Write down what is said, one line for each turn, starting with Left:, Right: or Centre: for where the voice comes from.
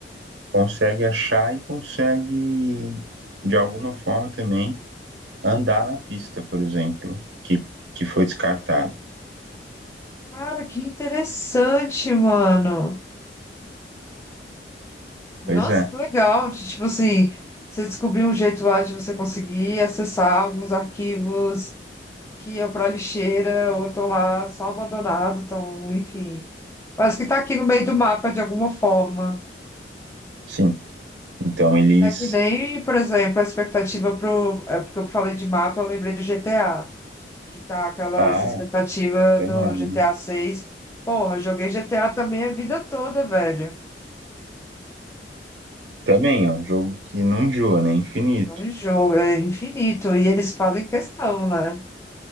Right: Consegue achar e consegue, de alguma forma também, andar na pista, por exemplo, que, que foi descartada
Left: Cara, que interessante, mano. Nossa,
Right: Pois é,
Left: que legal. de, Tipo assim, você descobriu um jeito lá de você conseguir acessar alguns arquivos que iam para lixeira ou estão lá só abandonados, estão, enfim. Mas que está aqui no meio do mapa de alguma forma.
Right: sim. Então eles.
Left: É que nem, por exemplo, a expectativa pro. É porque eu falei de mapa, eu lembrei do GTA. Que tá aquela
Right: Ah,
Left: essa expectativa
Right: é
Left: do
Right: enorme,
Left: GTA
Right: né?
Left: 6. Porra, eu joguei GTA também a vida toda, velho.
Right: Também é um jogo que não enjoa, né? É Infinito.
Left: Não é um jogo, é infinito. E eles fazem questão, né?